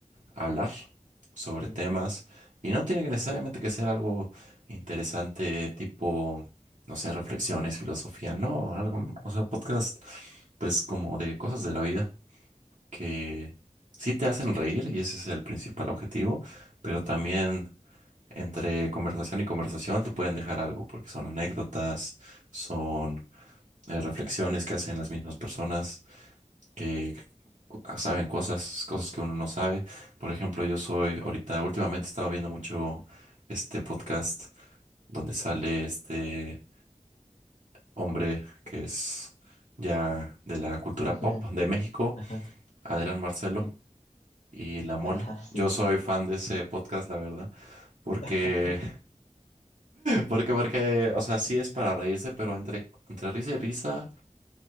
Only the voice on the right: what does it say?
hablar sobre
temas, y no tiene que necesariamente que ser algo interesante, tipo, no sé, reflexiones, filosofía, no, algo, o sea, podcast, pues como de cosas de la vida que sí te hacen reír, y ese es el principal objetivo, pero también entre conversación y conversación te pueden dejar algo, porque son anécdotas, son eh, reflexiones que hacen las mismas personas que cu- ah, saben cosas, cosas que uno no sabe. Por ejemplo, yo soy ahorita, últimamente he estado viendo mucho este podcast donde sale este hombre que es ya de la cultura
pop de México,
Adrián Marcelo
y La Mole.
Yo
soy
fan de ese podcast, la verdad, porque
Porque, porque, o sea, sí es para reírse, pero entre, entre risa y risa,